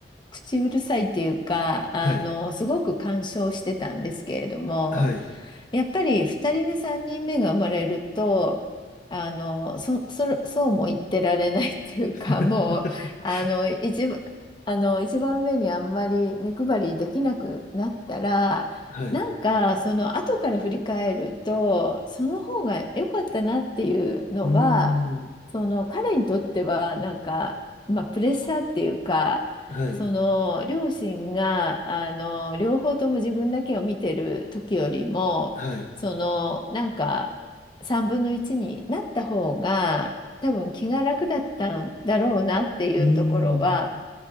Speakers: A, on the left; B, on the left.
A: 口うるさいっていうか、
B: はい、
A: あの、すごく干渉してたんですけれども、
B: はい、
A: やっぱり2人目、3人目が生まれると、あの、そ、それ、そうも言ってられないっていうか、
B: <laughs>
A: もう、あの、一番、あの、一番目にあんまり目配りできなくなったら、
B: はい、
A: なんか、その、後から振り返ると、その方が良かったなっていうのは、
B: うーん、
A: その、彼にとっては、なんか、まあ、プレッシャーっていうか、
B: はい、
A: その両親があの両方とも自分だけを見てる時よりもそのなんか3分の1になった方が多分気が楽だったんだろうなっていうところは
B: はい、うーん、